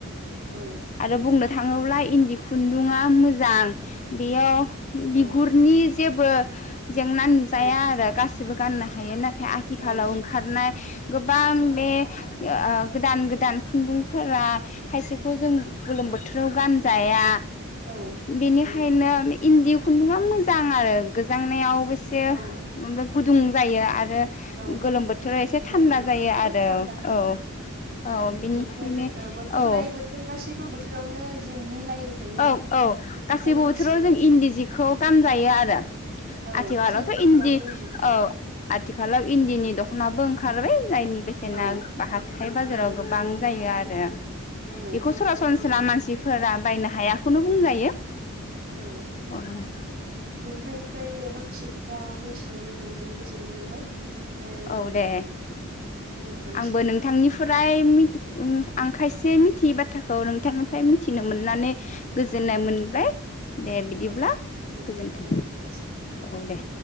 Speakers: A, on the right (about 45°); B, on the left (about 35°).
A: औ
B: आरो बुंनो थाङोब्ला इन्दि खुन्दुा मोजां बेयाव
A: औ
B: बिगुरनि जेबो जेंना नुजाया
A: औ
B: आरो गासै गाननो हायो। नाथाय खाथिखालाव
A: औ
B: ओंखारनाय गोबां बे गोदान गोदान खुन्दुंफोरा खायसेखौ जों गोलोम बोथोराव गानजाया।
A: औ
B: बेनिखायनो
A: नंगौ
B: इन्दि खुन्दुंआ मोजां आरो गोजांनायाव
A: औ
B: <inaudible> <inaudible> गुदुं जायो आरो
A: औ
B: गोलोम बोथोराव एसे थान्दा
A: गोलोम बोथोरावबो
B: जायो। आरो
A: थान्दा खालामो
B: औ औ बिनिखायनो
A: बोथोर ओ बोथोर
B: औ
A: लायै बोथोर गासैबो बोथोरावनो जों मिलायो होननानै
B: औ औ
A: बेखौहाय
B: गासैबो
A: मिथियो
B: बोथोराव जों
A: आरो
B: इन्दि जिखौ गानजायो आरो।
A: औ
B: आथिखालावथ
A: गासैबो बोथोरावनो
B: इन्दि
A: इन्दि
B: औ आथिखालाव इन्दिनि दखनाबो ओंखारबाय। जायनि बेसेना
A: औ
B: हाथाय बाजाराव गोबां जायो आरो।
A: औ
B: बेखौ सरासनस्रा मानसिफोरा बायना हायाखौनो बुंजायो। <unintelligible>
A: औ नोंथांनिफ्राय माखासे खोथा मोनथिनानै मोननानै गोजोननाय मोनबाय। ओ
B: औ दे
A: दोनथ'नोसै
B: आंबो
A: नोंथां
B: नोंथांनिफ्राय मि ओम आं खायसे मिथियै बाथ्राखौ नोंथांनिफ्राय मिथिनो मोननानै गोजोननाय मोनबाय। दे बिदिब्ला
A: औ गोजोननाय
B: गोजोन्थों।
A: थाबाय नोंथांनिसिम
B: औ दे।